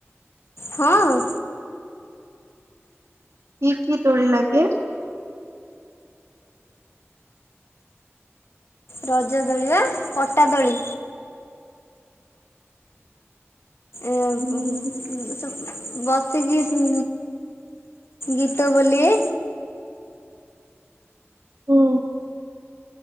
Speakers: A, on the left; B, on the right.
A: ହଁ।
B: କି କି ଦୋଳି ଲାଗେ?
A: ରଜ ଦୋଳିି ବା, ପଟା ଦୋଳି। ଏଁ ହୁ।
B: ହୁଁ
A: ଏମିତି ସବୁ ବସିକି ଗୀତ ବୋଲିବେ।
B: ହୁଁ।